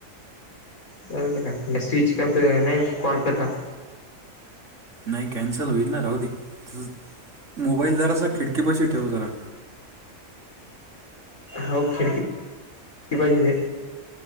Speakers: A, on the left; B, on the right.
A: चाल का नाही स्विच करत नाही कॉलकटा
B: नाही कॅन्सल होईल ना राह दे त मोबाईल जरासा खिडकीपाशी ठेवू जरा
A: हो खिडकी पाहिजे ते